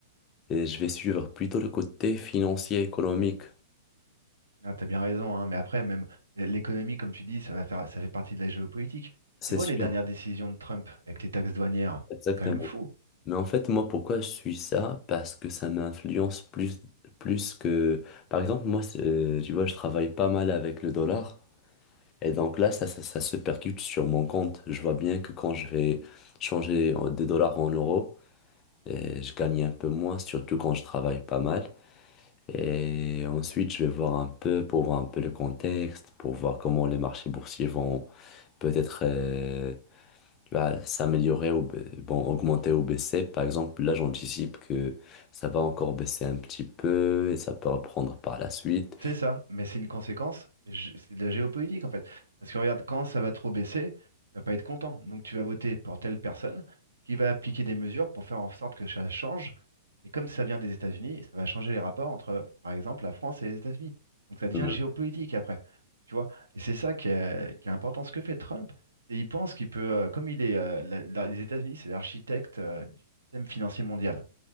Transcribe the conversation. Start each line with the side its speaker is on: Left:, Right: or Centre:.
Left: et je vais suivre plutôt le côté financier, économique.
Right: Ah, t'as bien raison, hein, mais après, même l- l'économie, comme tu dis, ça va faire, ça fait partie de la géopolitique.
Left: C'est
Right: Tu vois
Left: sûr,
Right: les dernières décisions de Trump avec les taxes douanières,
Left: exactement.
Right: c'est quand même fou.
Left: Mais en fait, moi, pourquoi je suis ça? Parce que ça m'influence plus, plus que... Par exemple, moi, c'est- euh, tu vois, je travaille pas mal avec le dollar. Et donc là, ça, ça, ça se percute sur mon compte. Je vois bien que quand je vais changer en- des dollars en euros, euh, je gagne un peu moins, surtout quand je travaille pas mal. Et ensuite, je vais voir un peu pour voir un peu le contexte, pour voir comment les marchés boursiers vont peut-être... euh, tu vas s'améliorer ou ba- bon, augmenter ou baisser. Par exemple, là, j'anticipe que ça va encore baisser un petit peu et ça peut reprendre par la suite.
Right: C'est ça, mais c'est une conséquence, gé- c'est de la géopolitique en fait. Parce que regarde, quand ça va trop baisser, tu vas pas être content. Donc tu vas voter pour telle personne qui va appliquer des mesures pour faire en sorte que ça change. Et comme ça vient des États-Unis, ça va changer les rapports entre, par exemple, la France et les États-Unis. Donc ça devient
Left: Mhm.
Right: géopolitique après. Tu vois? Et c'est ça qui est, qui est important. Ce que fait Trump, c'est il pense qu'il peut, euh, comme il est, euh, la- la- les États-Unis, c'est l'architecte, euh, du système financier mondial.